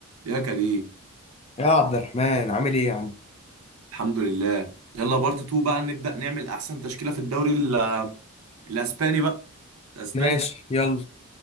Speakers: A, on the right; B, on the left.
A: يا كريم
B: يا عبد الرحمن عامل ايه يا عم
A: الحمد لله يلا بارت 2 بقى نبدأ نعمل احسن تشكيلة في الدوري ال- الاسباني بقى الاسباني
B: ماشي يلا